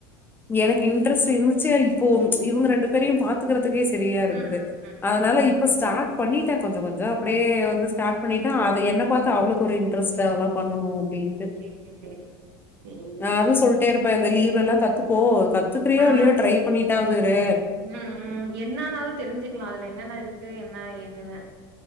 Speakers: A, on the left; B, on the right.
A: எனக்கு இன்ட்ரெஸ்ட் இருந்துச்சு இப்போ இவங்க ரெண்டு பேரையும் பாத்துக்கிறதுக்கே செ ரியா இருக்குது
B: ம் ம்
A: அதனால
B: ம்
A: இப் ப ஸ்டார்ட் பண்ணிட்டே கொஞ்ச கொஞ்சோ அப்படியே வந்து ஸ்டார்ட் பண்ணிட்ட அத என்ன பாத்து அவளுக்கு ஒரு இன்ட்ரஸ்ட் ச அதெல்லா பண்ணணு அப்டின்ட்டு
B: சேரி சேரி சேரி
A: நா
B: சேரி
A: அதுவு சொல்ட்டே இருப்ப இந்த லீவ்லல்லா கத்துக்கோ கத்துக்கிறியோ
B: ஆ
A: இல்லையோ ட்ரை பண்ணிட்டாவது இரு
B: ம் ம் என்னனாலு தெரிஞ்சிக்கலா அதுல என்னென்ன இருக்கு என்னா ஏதுன்னு